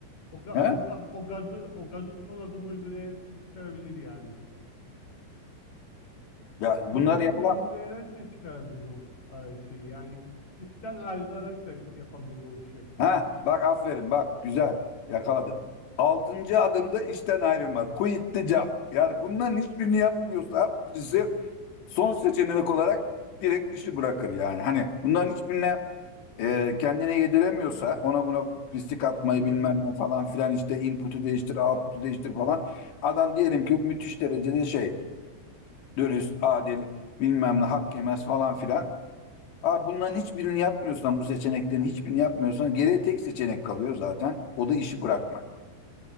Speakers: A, on the left (about 35°); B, on the left (about 65°).
A: O, ga-
B: He?
A: o, ga- o gazı o gazı son adım uygulayarak da çıkarabilir yani.
B: Ya bunlar
A: Son adım
B: yapılan
A: uygulayarak da çıkarabilir o e, şeyi yani. İşten ayrılarak da yapabilir o işi.
B: Ha, bak aferin bak güzel yakaladın. Altıncı adımda işten ayrılma. Quit the job. Yani bunların hiçbirini yapmıyorsa birisi son seçenek olarak direkt işi bırakır yani. Hani bunların hiçbirine e, kendine yediremiyorsa ona buna pislik atmayı
A: Evet.
B: bilmem ne falan filan işte input'u değiştir, output'u değiştir falan. Adam diyelim ki müthiş derecede şey dürüst, adil bilmem ne hak yemez falan filan. Abi bunların hiçbirini yapmıyorsan, bu seçeneklerin hiçbirini yapmıyorsan geriye tek seçenek kalıyor zaten. O da işi bırakmak.